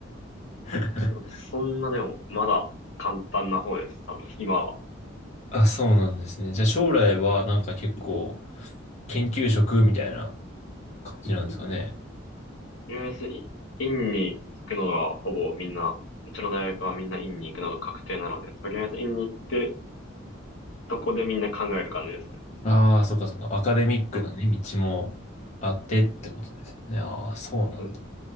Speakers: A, on the left; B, on the left.
A: <laughs>
B: そんなでも、まだ簡単な方です。多分、今は。
A: あ、そうなんですね。じゃあ将来はなんか結構研究職みたいな感じなんですかね。
B: とりあえず、い院に行くのがほぼみんな、うちの大学はみんな院に行くのが確定なので、とりあえず院に行って、そこでみんな考える感じですね。
A: ああ、そっかそっか。アカデミックなね、
B: こ、
A: 道もあってってことですよね。ああ、そうなんだ。
B: そうです。